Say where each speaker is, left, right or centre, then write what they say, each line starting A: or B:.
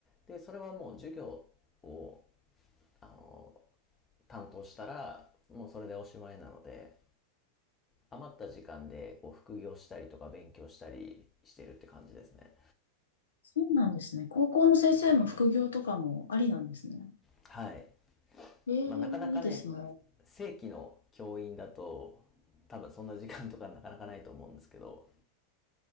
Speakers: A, on the left (about 20°); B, on the left (about 65°).
A: で、それはもう授業を、あの、担当したら、もうそれでおしまいなので、余った時間でこう副業したりとか勉強したりしてるって感じですね。
B: そうなんですね。高校の先生も副業とかもありなんですね。
A: はい。
B: ええいいですね。
A: まあなかなかね、正規の教員だと、多分そんな時間とか <laughs> なかなかないと思うんですけど、